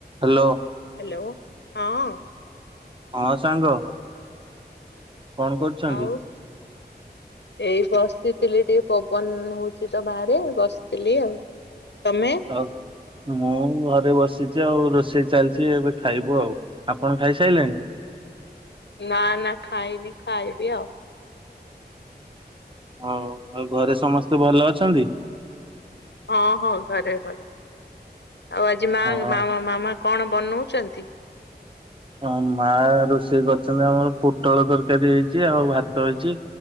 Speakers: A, on the right; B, on the left.
A: ହାଲୋ।
B: ହ୍ୟାଲୋ ହଁ।
A: ହଁ ସାଙ୍ଗ। କଣ କରୁଚନ୍ତି?
B: ଆଉ ଏଇ ବସିଥିଲି ଟିକେ ପବନ ହୋଉଚି ତ ବାହାରେ ବସିଥିଲି ଆଉ। ତମେ?
A: ଆଉ ମୁଁ ଘରେ ବସିଚି ଆଉ ରୋଷେଇ ଚାଲିଚି ଏବେ ଖାଇବୁ ଆଉ। ଆପଣ ଖାଇସାଇଲେଣି?
B: ନା ନା ଖାଇନି ଖାଇବି ଆଉ।
A: ହୋଉ ଆଉ ଘରେ ସମସ୍ତେ ଭଲ ଅଛନ୍ତି?
B: ହଁ ହଁ ଘରେ ଘରେ ଭଲ। ଆଉ ଆଜି ମା-ମାଅ
A: ହଁ।
B: ମାମା କଣ ବନଉଛନ୍ତି।
A: ହଁ ମା ରୋଷେଇ କରିଛନ୍ତି ଆମର ପୋଟଳ ତରକାରୀ ହେଇଛି ଆଉ ଭାତ ହେଇଛି